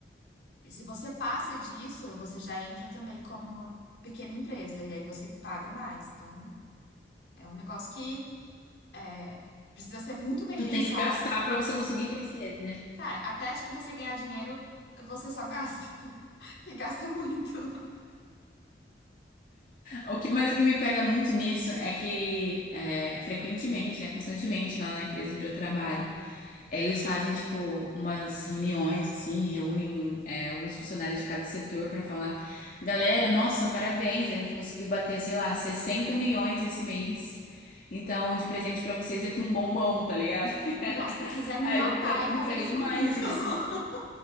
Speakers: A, on the left (about 80°); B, on the left (about 50°).
A: E se você passa disso, você já entra também como pequena empresa, e aí você paga mais. Então, é um negócio que é, precisa ser muito bem
B: Tu
A: pensado.
B: tem que gastar para você conseguir crescer, né?
A: Cara, até acho que você ganhar dinheiro, você só gasta. <laughs> E gasta muito. <laughs>
B: O que,
A: Gasta
B: mas o que
A: muito.
B: me pega muito nisso é que é, frequentemente, né, constantemente lá na empresa onde eu trabalho, eles fazem tipo umas reuniões assim, reúnem é, alguns funcionários de cada setor para falar, galera, nossa, parabéns, a gente conseguiu bater, sei lá, 60 milhões esse mês. Então, de presente para vocês aqui um bombom, tá ligado?
A: Não,
B: <laughs>
A: se quiser me
B: Aí
A: matar,
B: me pega,
A: é fazer
B: me pega
A: isso
B: demais
A: comigo. <laughs>
B: isso.